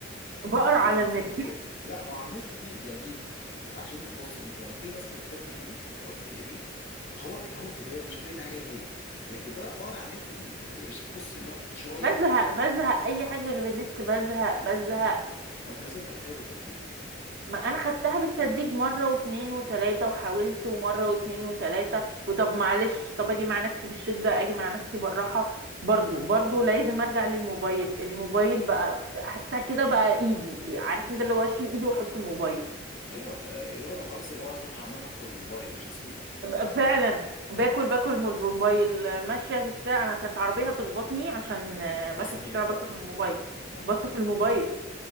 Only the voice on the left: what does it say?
تمسكي
كتاب لا ما هو على النت دي يعني ايه عشان بصي انت لما تكوني ماسكه كتاب في ايدك وتقعدي تقريه هو هو الكتاب مش هتقري حاجه غيره لكن بقى بقرا على النت دي بصي ما-
شويه
ما انت لازم تاخديها بالتدريج
ايوه آه، اللي هو خلاص اللي هو ادخل الحمام هدخل بالموبايل مش هسيبه
اه
آه،
بصه
في
الموبايل
اه